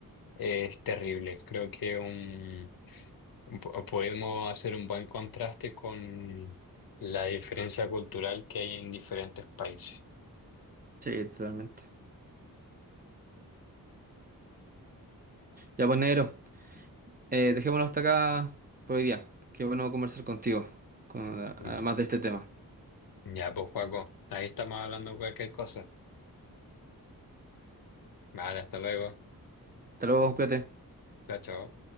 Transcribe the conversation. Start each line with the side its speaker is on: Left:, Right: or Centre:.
Left: eh, es terrible. Creo que un, po- podemos hacer un buen contraste con la diferencia cultural que hay en diferentes países.
Right: sí, totalmente. Ya pues, negro, eh, dejémoslo hasta acá por hoy día. Qué bueno conversar contigo, con-
Left: Mm.
Right: además de este tema.
Left: Ya, pues, Juaco, ahí estamos hablando de cualquier cosa. Vale, hasta luego.
Right: Hasta luego, cuídate.
Left: Chao, chao.